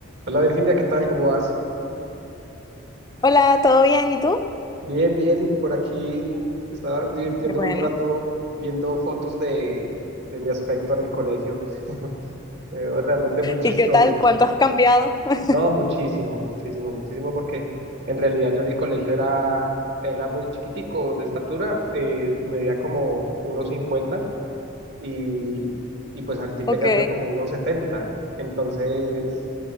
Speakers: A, on the right; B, on the left.
A: Hola Virginia, ¿qué tal? ¿Cómo vas?
B: Hola, ¿todo bien? ¿Y tú?
A: Bien, bien, por aquí uh, estaba divirtiéndome
B: Qué Bueno,
A: un rato viendo fotos de, de mi aspecto en el colegio. <laughs> Me veo realmente muy chistoso.
B: ¿Y qué tal? ¿Cuánto has cambiado? <laughs>
A: No, muchísimo, muchísimo, muchísimo, porque en realidad yo en el colegio era, era muy chiquitico de estatura, eh, medía como uno cincuenta y, y pues ahorita
B: Ok.
A: ya mido como uno setenta. Entonces,